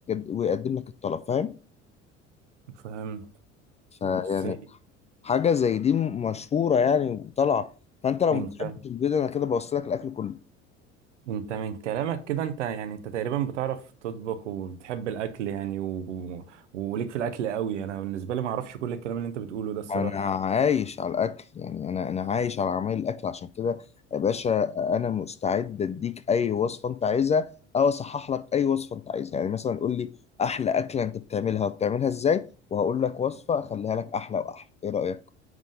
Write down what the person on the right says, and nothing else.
فاهم
بس
انت
انت من كلامك كده انت يعني انت تقريبا بتعرف تطبخ وبتحب الاكل يعني و... و... وليك في الاكل قوي انا بالنسبه لي ما اعرفش كل الكلام اللي انت بتقوله ده الصراحه